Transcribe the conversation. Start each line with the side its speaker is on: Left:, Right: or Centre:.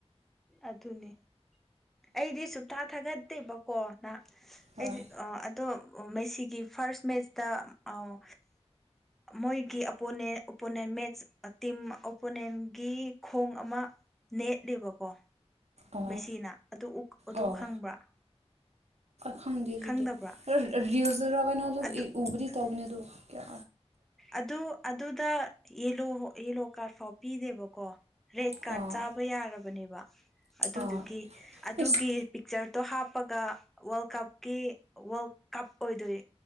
Centre: ꯑꯗꯨꯅꯦ ꯑꯩꯗꯤ ꯁꯨꯛꯊꯥ ꯊꯥꯒꯠꯇꯦꯕꯀꯣ ꯅꯍ
Right: ꯍꯣꯏ
Centre: ꯑꯩꯗꯤ ꯑꯥ ꯑꯗꯣ ꯃꯦꯁꯤꯒꯤ ꯐꯥꯔ꯭ꯁ ꯃꯦꯠꯆꯇ ꯑꯥ ꯃꯣꯏꯒꯤ ꯑꯣꯄꯣꯅꯦꯟ ꯑꯣꯄꯣꯅꯦꯟ ꯃꯦꯠꯆ ꯇꯤꯝ ꯑꯣꯄꯣꯅꯦꯟꯒꯤ ꯈꯣꯡ ꯑꯃ ꯅꯦꯠꯂꯦꯕꯀꯣ
Right: ꯑꯣ
Centre: ꯃꯦꯁꯤꯅꯥ ꯑꯗꯨ ꯑꯗꯨ
Right: ꯑꯣ
Centre: ꯈꯪꯕ꯭ꯔꯥ
Right: ꯈꯪꯗꯦ ꯑꯗꯨꯗꯤ
Centre: ꯈꯪꯗꯕ꯭ꯔꯥ
Right: ꯔꯤꯜꯁ <unintelligible> ꯀꯩꯅꯣꯅ
Centre: ꯑꯗꯨ
Right: ꯎꯕꯔꯤ ꯇꯧꯒꯅꯤꯗꯨ ꯀꯌꯥ
Centre: ꯑꯗꯨ ꯑꯗꯨꯗ ꯌꯦꯂꯣ ꯌꯦꯂꯣ ꯀꯥꯔꯠ ꯐꯥꯎ ꯄꯤꯗꯦꯕꯀꯣ ꯔꯦꯠ ꯀꯥꯔꯠ
Right: ꯑꯥ
Centre: ꯆꯥꯕ ꯌꯥꯔꯕꯅꯦꯕ ꯑꯗꯨꯗꯨꯒꯤ
Right: ꯑꯥ
Centre: ꯑꯗꯨꯒꯤ
Right: ꯏꯁ
Centre: ꯄꯤꯛꯆꯔꯇꯣ ꯍꯥꯞꯄꯒ ꯋꯥꯔꯜ ꯀꯞꯀꯤ ꯋꯥꯔꯜ ꯀꯞ ꯑꯣꯏꯗꯣꯏ